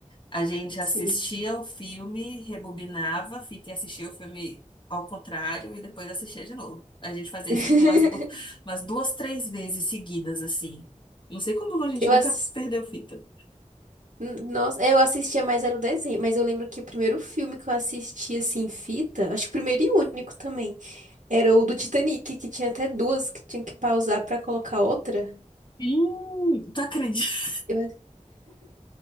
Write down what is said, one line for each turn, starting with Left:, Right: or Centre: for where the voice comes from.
Left: A gente assistia
Right: sim.
Left: o filme, rebobinava a fita e assistia o filme ao contrário e depois assistia de novo. A gente fazia
Right: <laughs>
Left: isso, tipo, umas, du- umas duas, três vezes seguidas, assim. Não sei como a gente
Right: Eu
Left: nunca
Right: assisti.
Left: perdeu fita.
Right: N- Nossa, eu assistia mais era o desenho, mas eu lembro que o primeiro filme que eu assisti assim em fita, acho que o primeiro e único também, era o do Titanic, que tinha até duas que tinha que pausar pra colocar outra.
Left: Ih, tu acredita? <laughs>
Right: Eu-